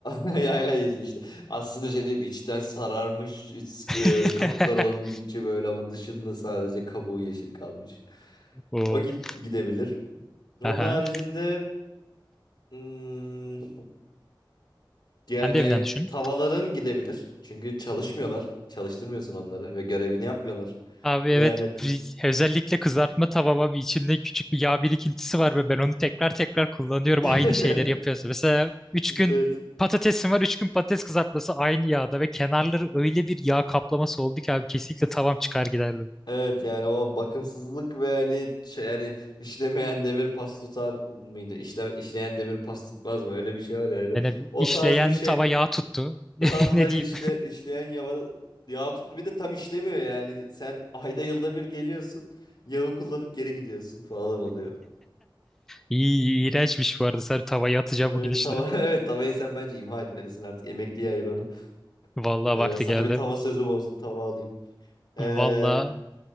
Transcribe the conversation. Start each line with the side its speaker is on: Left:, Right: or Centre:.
Left: Yayla yiyeceğiz işte. Aslında şey diyeyim içten sararmış, iç, e,
Centre: <laughs>
Left: kapkara olmuş içi böyle ama dışında sadece kabuğu yeşil kalmış.
Centre: Of.
Left: O git gidebilir. Onun
Centre: Aha.
Left: haricinde hmm, yani
Centre: Kendi evinden düşün.
Left: tavalar'ın gidebilir. Çünkü çalışmıyorlar. Çalıştırmıyorsun onları ve görevini yapmıyorlar.
Centre: Abi evet
Left: Yani
Centre: bir- özellikle kızartma tavama bir içinde küçük bir yağ birikintisi var ve ben onu tekrar tekrar kullanıyorum
Left: <laughs>
Centre: aynı şeyleri yapıyorsa. Mesela üç
Left: işte
Centre: gün
Left: evet.
Centre: patatesim var 3 gün patates kızartması aynı yağda ve kenarları öyle bir yağ kaplaması oldu ki abi kesinlikle tavam çıkar giderdi.
Left: Evet yani o bakımsızlık ve hani ç- yani işlemeyen demir pas tutar mıydı? İşle, işleyen demir pas tutmaz mı? Öyle bir şey var yani.
Centre: Yani bir
Left: O
Centre: işleyen
Left: tarz bir şey.
Centre: tava yağ tuttu.
Left: <laughs>
Centre: <laughs>
Left: Vallahi
Centre: Ne diyeyim?
Left: işle işleyen yağ, yağ tuttu bir de tam işlemiyor yani. Sen ayda yılda bir geliyorsun. Yağı kullanıp geri gidiyorsun falan oluyor.
Centre: İyi, iğrençmiş bu arada. Sen tavaya atacağım
Left: Vallahi
Centre: bu gidişle.
Left: tava <laughs> evet tavayı sen bence imha etmelisin artık. Emekliye ayır onu.
Centre: Vallahi
Left: Ee,
Centre: vakti
Left: sana
Centre: geldi.
Left: bir tava sözüm olsun. Tava alayım. Ee,
Centre: Vallahi.